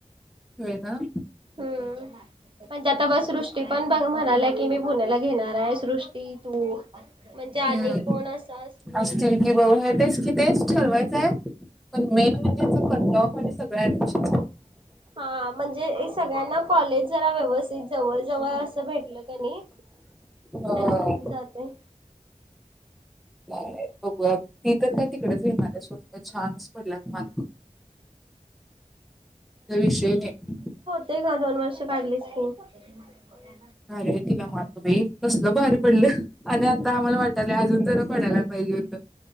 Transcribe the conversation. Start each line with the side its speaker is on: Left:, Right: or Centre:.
Centre: व्हय ना.
Right: हम्म. म्हणजे आता बग सृष्टी पण बघ म्हणालाय की मी, पुण्याला घेणार आहे सृष्टी तू म्हणजे आणि
Centre: हम्म
Right: कोण असं असलं
Centre: असतील
Right: तर
Centre: की बघ हे तेच की तेच ठरवायचं आहे. पण मेन म्हणजे कट ऑफआणि सगळ ऍडमिशन
Right: हा म्हणजे सगळ्यांना कॉलेज जरा व्यवस्थित जवळ जवळ असं भेटलं कनी
Centre: अ
Right: तर होऊन जातंय.
Centre: काय बघूया ती तर काय तिकडेच घेणारं आहे. <unintelligible> छान पडलात मार्क काय विषय नाही.
Right: ते का दोन वर्ष काढली तु? <inaudible>
Centre: अरे तिलां मतम कसलं भारी पडलं आणि आंता आम्हांला वाटालं अजूंन जरां पडांयला पाहिजे होतं